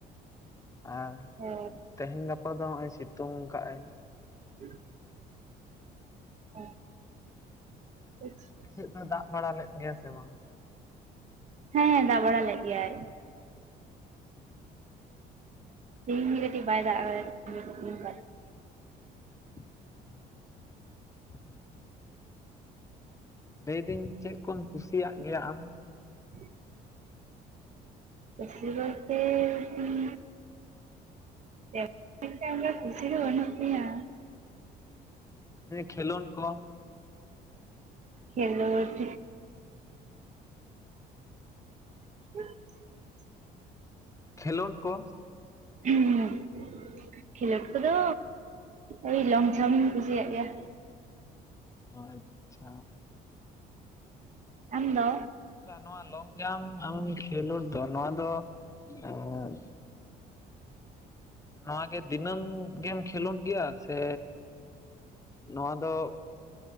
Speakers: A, on the left; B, on the right.
A: ᱟᱨ
B: ᱚ
A: ᱛᱮᱸᱦᱮᱸᱧ ᱜᱟᱯᱟ ᱫᱚ ᱦᱚᱸᱜᱼᱚᱭ ᱥᱤᱛᱩᱝ ᱠᱟᱜᱼ ᱟᱭ
B: <inaudible> ᱚᱸ <inaudible>
A: ᱟᱯᱮ ᱥᱮᱫ ᱫᱚ ᱫᱟᱜ ᱵᱟᱲᱟ ᱞᱮᱫ ᱜᱮᱭᱟ ᱥᱮ ᱵᱟᱝ
B: ᱦᱮᱸ ᱫᱟᱜ ᱵᱟᱲᱟ ᱞᱮᱫ ᱜᱮᱭᱟᱭ᱾
A: ᱦᱮᱸ
B: ᱛᱮᱦᱤᱧ ᱜᱮ ᱠᱟᱹᱴᱤᱡ ᱵᱟᱭ ᱫᱟᱜ᱾ <unintelligible>
A: <inaudible> ᱞᱟᱹᱭᱫᱟᱹᱧ ᱪᱮᱫ ᱠᱚᱢ ᱠᱩᱥᱤᱭᱟᱜ ᱜᱮᱭᱟ ᱟᱢ?
B: <inaudible> ᱠᱩᱥᱤ ᱵᱚᱞ ᱛᱮᱸ ᱩᱸ ᱛᱮ ᱮᱠᱴᱟ ᱩᱱᱟᱜ ᱠᱚᱥᱤ ᱫᱚ ᱵᱟᱱᱩᱜ ᱛᱤᱧᱟ᱾
A: ᱠᱷᱮᱞᱚᱱ ᱠᱚ᱾
B: ᱠᱷᱮᱞᱚᱴ <inaudible>
A: ᱠᱷᱮᱞᱳᱰ ᱠᱚ
B: ᱦᱩᱸ ᱠᱷᱮᱞᱳᱰ ᱠᱚᱫᱚ ᱳᱭ ᱞᱚᱝ ᱡᱷᱟᱢᱯ ᱤᱧ ᱠᱩᱥᱤᱭᱟᱜ ᱜᱮᱭᱟ᱾
A: ᱚ ᱟᱪᱪᱷᱟ᱾
B: ᱟᱢ ᱫᱚ?
A: ᱟᱪᱪᱷᱟ ᱱᱚᱣᱟ ᱞᱚᱝ ᱡᱷᱟᱢᱯ ᱟᱢᱮᱢ ᱠᱷᱮᱞᱳᱰ ᱫᱚ ᱱᱚᱣᱟ ᱫᱚ ᱮ ᱱᱚᱣᱟ ᱜᱮ ᱫᱤᱱᱟᱹᱢ ᱜᱮᱢ ᱠᱷᱮᱞᱳᱰ ᱜᱮᱭᱟ? ᱥᱮ ᱱᱚᱣᱟ ᱫᱚ